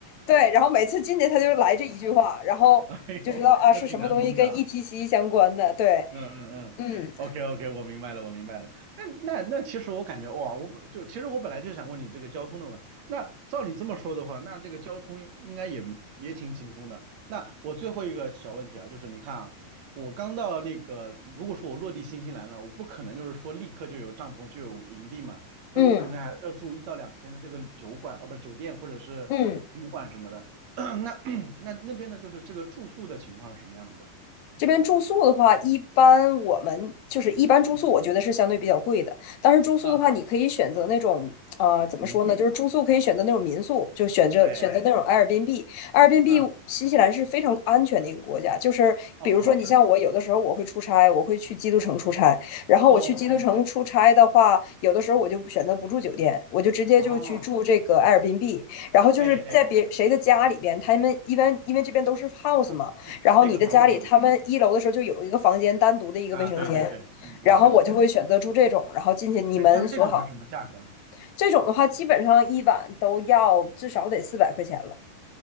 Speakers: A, on the left (about 65°); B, on the right (about 55°).
A: 对，然后每次进去他就来这一句话，然后就知道啊是什么东西跟
B: 哎呦，那挺难崩的啊。
A: ETC 相关的。对，
B: 嗯嗯嗯，OK
A: 嗯
B: OK，我明白了，我明白了。那那那，其实我感觉哇，我本就其实我本来就想问你这个交通的嘛。那照你这么说的话，那这个交通应该也也挺轻松的。那我最后一个小问题啊，就是你看啊，我刚到那个，如果说我落地新西兰了，我不可能就是说立刻就有帐篷就有营地嘛，所以我可能还是要住一到两天的这个酒馆，
A: 嗯
B: 呃，不是酒店或者是旅馆什么的。
A: 嗯。
B: <coughs> <clears throat> 那 <clears throat> 那那边呢，就是这个住宿的情况是什么样子的？
A: 这边住宿的话，一般我们就是一般住宿，
B: 嗯嗯
A: 我觉得是相对比较贵的。但是住宿的话，
B: 啊，
A: 你可以选择那种，呃，怎么说呢？
B: 民宿。
A: 就是住宿可以选择那种民宿，就选择选择那种
B: 哎哎，
A: a 尔 r b n 尔 a i b
B: 嗯嗯嗯，
A: 新西兰是非常安全的一个国家，就是比如说你像我，
B: 哦哦是，
A: 有的时候我会出差，我会去基督城出差。然后我去基督城出差的话，
B: 哦 OK，
A: 有的时候我就不选择不住酒店，我就直接就去住这个
B: 哦，
A: a 尔 r b b 然后就是在别谁的家里边，
B: 哎哎
A: 他们一般因为这边都是 house
B: 啊，
A: 嘛。然后你的家里他们一楼的时候就有一个房间单独的一个卫生间，
B: 这个房子给你啊，对对对，嗯
A: 然后我就会选择住这种，
B: OK OK，
A: 然后进去你们锁好。
B: 哎，像这种是什么价格呢？
A: 这种的话，基本上一晚都要至少得四百块钱了。